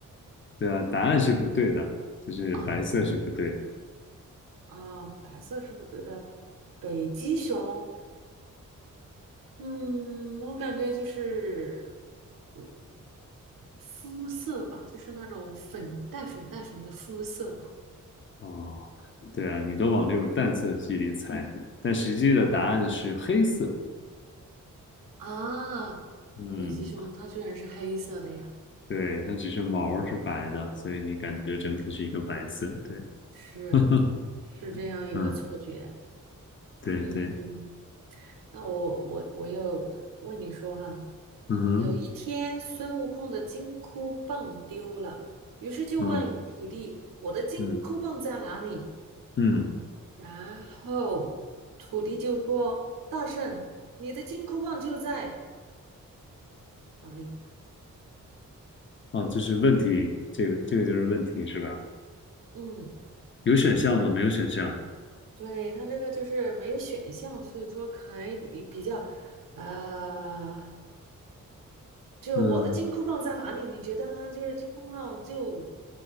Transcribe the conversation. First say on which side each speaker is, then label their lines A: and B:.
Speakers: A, on the left; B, on the right.
A: 对啊，答案是不对的，就是白色是不对的，
B: 啊啊，白色是不是对的，北极熊。嗯，我感觉就是，呃肤色吧，就是那种粉带粉带粉的肤色吧。
A: 哦，对啊，你都往这种淡色系里猜，但实际的答案是黑色，
B: 啊，
A: 嗯，
B: 北极熊它居然是黑色的呀，
A: 对，它只是毛儿是白的，所以你感觉整体是一个白色，对，
B: 是
A: <laughs>
B: 是这样一个错觉。
A: 嗯，对对，
B: 嗯，那我我我又呃问你说哈，
A: 嗯哼，
B: 有一天孙悟空的金箍棒丢了，于是就问徒弟：
A: 嗯
B: “我的金箍棒在哪里？”
A: 嗯嗯，
B: 然后土地就说：“大圣，你的金箍棒就在哪里？”
A: 哦，这是问题，这个这个就是问题是吧？
B: 嗯，
A: 有选项吗？没有选项。
B: 对，他这个就是没有选项，所以说可能比比较，呃，就是我的金箍棒在哪里？
A: 嗯，
B: 你觉得呢？就是金箍棒就